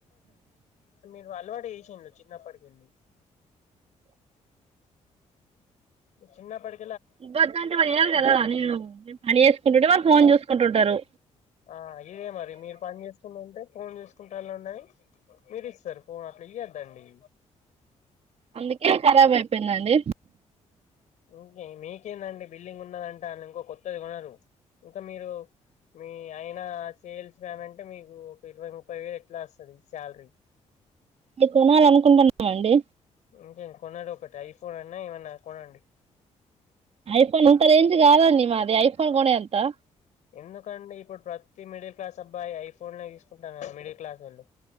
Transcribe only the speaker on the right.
ఇవ్వద్దు అంటే వాళ్ళు ఇనరు కదా. నేను నేను పని చేేసుకుంటుంటే వాళ్ళు ఫోన్ చూసుకుంటుంటరు.
అందుకే ఖరాబ్ అయిపోయిందండి.
మీ కొనాలి అనుకుంట లేమండి.
ఐఫోన్ అంత రేంజ్ కాదు అండి మాది ఐఫోన్ కోనే అంతా.